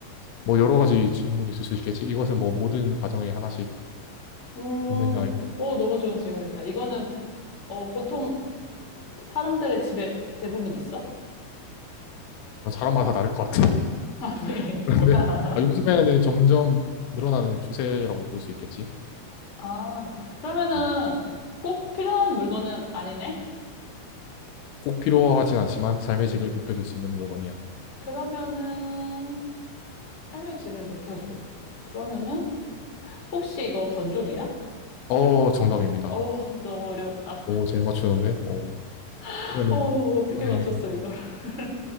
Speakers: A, on the left; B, on the left.
A: 뭐 여러 가지 질문이 있을 수 있겠지. 이것은 뭐 모든 가정에 하나씩
B: 음,
A: 있느냐, 이거.
B: 오, 너무 좋은 질문이다. 이거는, 어, 보통 사람들의 집에 대부분 있어?
A: 사람마다 다를 것 같아. <laughs>
B: <laughs> 아니,
A: 그런데
B: 뭐야.
A: 아, 요즘에는 점점 늘어나는 추세라고 볼 수 있겠지.
B: 아, 그러면은
A: 어.
B: 꼭 필요한 물건은 아니네?
A: 꼭 필요하진 않지만 삶의 질을 높여줄 수 있는 물건이야.
B: 그러면은, 삶의 질을 높여줘. 그러면은 혹시 이거 건조기야?
A: 어, 정답입니다.
B: 어, 너무 어려웠다.
A: 오, 잘 맞추는데? 오.
B: <laughs>
A: 그러면은
B: 어, 어떻게
A: 이번에
B: 맞췄어, 이걸? <laughs>